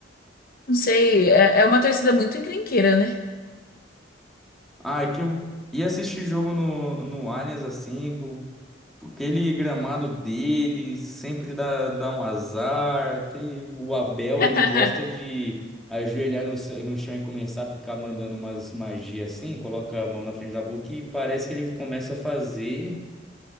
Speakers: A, on the left; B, in the centre.
A: Não sei. É, é uma torcida muito encrenqueira, né?
B: Ah, é que eu ia assistir jogo no, no Allianz, assim, bo- aquele gramado dele sempre dá, dá um azar. Aquele, o Abel,
A: <laughs>
B: ele gosta de ajoelhar no, c- no chão e começar a ficar mandando umas magias assim, coloca a mão na frente da boca e parece que ele começa a fazer